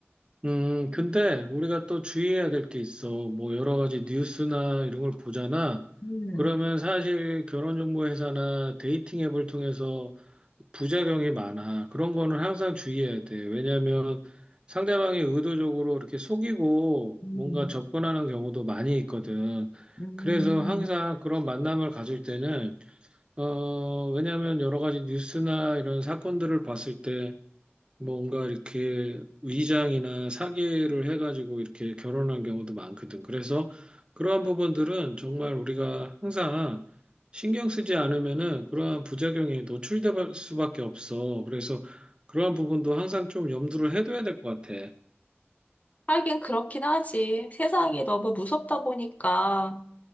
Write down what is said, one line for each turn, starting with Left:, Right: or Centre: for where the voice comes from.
Right: 음. 근데 우리가 또 주의해야 될 게 있어. 뭐 여러 가지 뉴스나 이런 걸 보잖아.
Left: 음,
Right: 그러면 사실 결혼정보 회사나 데이팅 앱을 통해서 부작용이 많아. 그런 거는 항상 주의해야 돼. 왜냐하면 상대방이 의도적으로 이렇게 속이고
Left: 음,
Right: 뭔가 접근하는 경우도 많이 있거든.
Left: 음,
Right: 그래서 항상 그런 만남을 가질 때는, 어, 왜냐하면 여러 가지 뉴스나 이런 사건들을 봤을 때 뭔가 이렇게 위장이나 사기를 해가지고 이렇게 결혼한 경우도 많거든. 그래서 그러한 부분들은 정말 우리가 항상 신경 쓰지 않으면은 그러한 부작용에 노출될 수밖에 없어. 그래서 그러한 부분도 항상 좀 염두를 해둬야 될 것 같아.
Left: 하긴 그렇긴 하지. 세상이 너무 무섭다 보니까.